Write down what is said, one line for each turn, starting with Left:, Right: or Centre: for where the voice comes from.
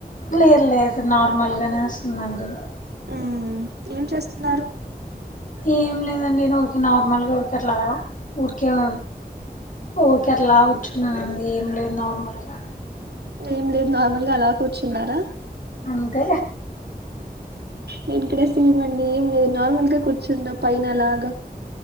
Left: లేదు లేదు నార్మల్ గానే ఒస్తుందండి
Right: మ్మ్ ఏం చేస్తున్నారు
Left: ఏం లేదండి నాకి నార్ మళ్ళి ఊరుకట్లాగ ఊరికే ఆ ఊరికే అట్లా కూర్చున్నానండి ఏం లేదు నార్మల్గా
Right: ఏం లేదు నార్మల్ గా అలా కూర్చున్నారా
Left: అంతే
Right: నేన్ కూడ సేమ్ అండి ఏం లేదు నార్మల్గా కూర్చున్నా పైన అలాగ